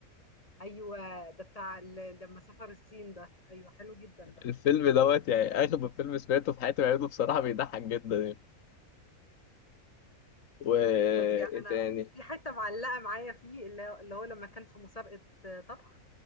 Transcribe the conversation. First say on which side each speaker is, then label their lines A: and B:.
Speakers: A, on the left; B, on the left.
A: أيوه، ده بتاع ال لمّا سافر الصين ده، أيوه، حلو جدًا ده.
B: الفيلم دوت يعني اغبى فيلم سمعته في حياتي بعيده بصراحه بيضحك جدا يعني و ايه
A: فظيع، أنا
B: تاني
A: في حتّة معلّقة معايا فيه اللي هو اللي هو لمّا كان في مسابقة طبخ